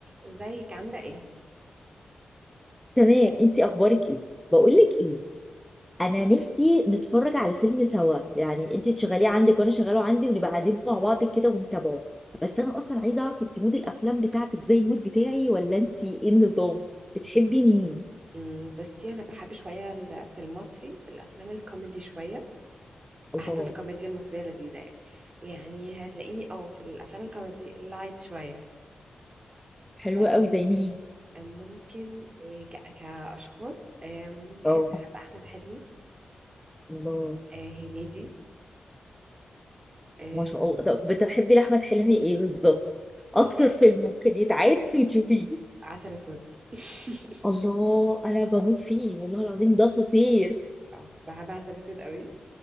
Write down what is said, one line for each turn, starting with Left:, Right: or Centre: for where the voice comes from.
Right: ازيك عاملة ايه؟
Centre: تمام انتي اخبارك ايه بقولك ايه انا نفسي نتفرج على فيلم سوا يعني انتي تشغليه عندك وانا شغاله عندي ونبقى قاعدين مع بعض كده ونتابعه بس انا اصلا عايزه اعرف انتي مود الافلام بتاعتك زي المود بتاعي ولا انتي ايه النظام بتحبي
Right: انت
Centre: مين
Right: أمم، بصي انا بحب شوية ال- في المصري الافلام الكوميدي شوية بحس
Centre: الله
Right: ان الكوميديا المصرية لذيذة يعني يعني هتلاقيني او في الافلام الكوميدي اللايت شوية
Centre: حلوة
Right: آه،
Centre: قوي زي مين
Right: آه، ممكن آه، ك- كاشخاص آه، ممكن
Centre: اه
Right: بحب احمد حلمي
Centre: الله
Right: آه، هنيدي آه،
Centre: ما شاء الله طب بتحبي لاحمد حلمي ايه بالظبط اكتر
Right: بصي
Centre: فيلم ممكن يتعاد وتشوفيه
Right: عسل اسود <laughs>
Centre: الله انا بموت فيه والله العظيم ده خطير
Right: اه بحب عسل اسود قوي